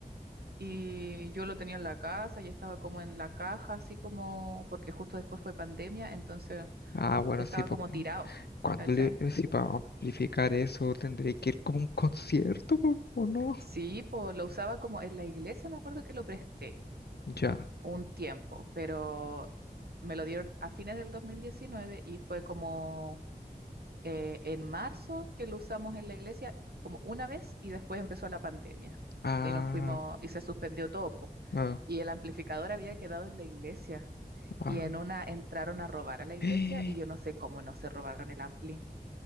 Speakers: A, on the right; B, on the left.
A: Y yo lo tenía en la casa, ya estaba como en la caja, así como, porque justo después fue pandemia, entonces
B: Ah, bueno,
A: estaba
B: sí, pues.
A: como tirado,
B: Cuando
A: ¿cachai?
B: le, eh, si para amplificar eso tendré que ir como a un concierto, po, ¿o no?
A: Sí, pues lo usaba como en la iglesia, me acuerdo que lo presté
B: Ya.
A: un tiempo, pero me lo dieron a fines del 2019 y fue como eh, en marzo que lo usamos en la iglesia como una vez y después empezó la pandemia
B: Ah,
A: y nos fuimos y se suspendió todo, po.
B: ah,
A: Y el amplificador había quedado en la iglesia
B: ah.
A: y en una entraron a robar a la iglesia
B: <gasps>
A: y yo no sé cómo no se robaron el ampli.